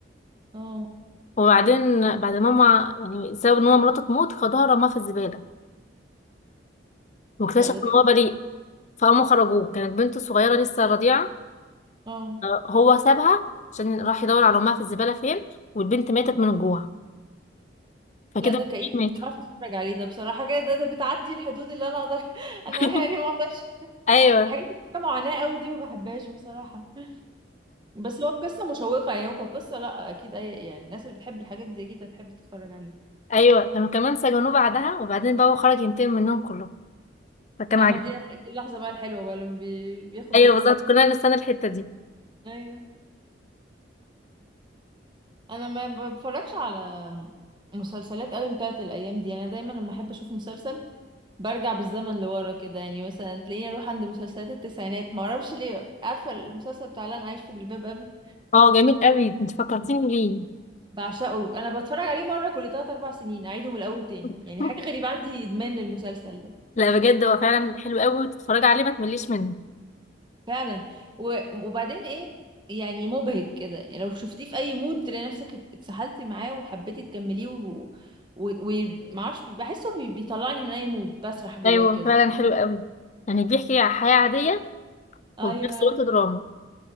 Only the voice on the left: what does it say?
وبعدين بعد ما ماما يعني سبب ان هو مراته تموت خدها رماها في الزباله واكتشف
ان
هو بريء فقاموا خرجوه كانت بنته صغيره لسه رضيعه
آه، هو سابها عشان راح يدور على امها في الزباله فين والبنت ماتت من الجوع فكده
الاتنين
ماتوا
<laughs>
ايوه
ايوه كانوا كمان سجنوه بعدها وبعدين بقى هو خرج ينتقم منهم كلهم فكان
عاجبني
ايوه
بالظبط كلنا نستنى الحته دي
اه جميل قوي انت فكرتيني بيه
<laughs>
لا بجد هو فعلا حلو قوي تتفرج عليه ما تمليش منه
ايوه
فعلا حلو قوي يعني بيحكي عن حياة عادية
وفي نفس الوقت دراما